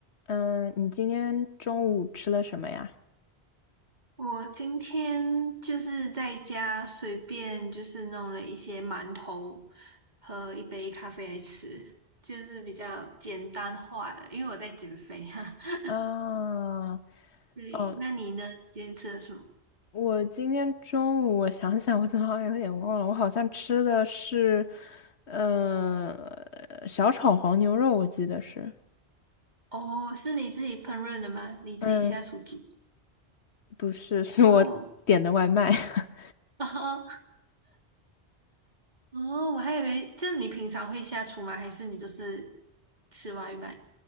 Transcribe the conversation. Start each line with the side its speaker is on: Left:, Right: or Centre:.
Left: 嗯，你今天中午吃了什么呀？
Right: 我今天就是在家随便就是弄了一些馒头和一杯咖啡来吃，就是比较简单化的，因为我在减肥哈。<laughs>
Left: 啊，
Right: 对，
Left: 哦，
Right: 那你呢？今天吃了什么？
Left: 我今天中午我想想，我怎么好像有点忘了，我好像吃的是，呃，小炒黄牛肉，我记得是，
Right: 哦，是你自己烹饪的吗？你自己下厨煮？
Left: 嗯，不是，是我点的外卖。
Right: 哇哦，
Left: <laughs>
Right: <laughs> 哦，哦我还以为这样你平常会下厨吗？还是你就是吃外卖？